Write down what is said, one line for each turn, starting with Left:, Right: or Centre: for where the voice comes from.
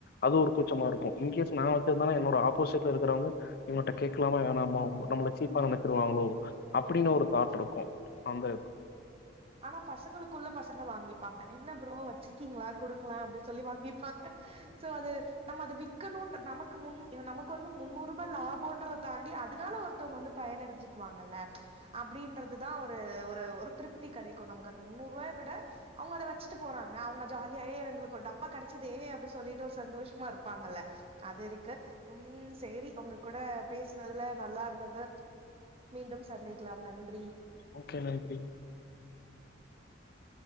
Left: அது ஒரு கூச்சமா இருக்கு இன்கேஸ் நா வச்சுருந்தாலு என்னோட ஆப்போசிட்ல இருக்கிறவ்ங்க இவ்ங்கட்ட கேக்கலாமா வேணாமோ நம்மள சீப்பா நெனைச்சிருவாங்களோ அப்டின்னு ஒரு தாட் இருக்கு அந்த எது
Right: ஆனா பசங்களுக்குள்ள பசங்க வாங்கிப்பாங்க என்ன ப்ரோ வச்சிருக்கீங்ளா குடுங்கலே அப்டின் சொல்லி வாங்கிப்பாங்க சோ அது நம்ம அத விக்கணுன்ற நமக்கு முன் இவ நமக்கு வந்து முன்னூறுபா லாபோன்றத தாண்டி அதனால ஒரு வித்தவ்ங்க வந்து பயனடஞ்சுக்குவாங்கல்ல அப்டின்றதுதா ஒரு ஒரு திருப் தி கெடைக்கு நமக்கு அது முன்னூறுவாய விட அவ்ங்க அத வச்சிட்டு போறாங்க அவ்ங்க ஜாலியா ஏ எங்களுக்கு ஒரு டப்பா கெடைச்சதே அப்டி சொல்லிட்டு ஒரு சந்தோஷமா இருப்பாங்கல்ல அது இருக்கு ம் சேரி உங்க கூட பேசுனதுல நல்லா இருந்தது மீண்டும் சந்திக்கலாம் நன்றி
Left: ஓகே நன்றி
Right: <inaudible>